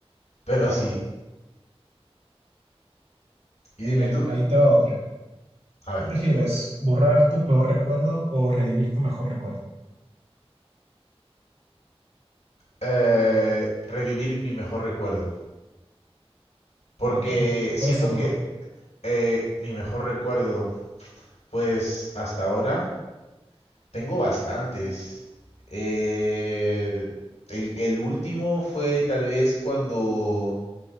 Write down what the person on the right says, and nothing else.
Claro,
muy
bien,
ahí te va otra.
¿Qué
prefieres, borrar tu peor recuerdo o revivir tu mejor recuerdo?
Ok, ¿cuál
es tu mejor?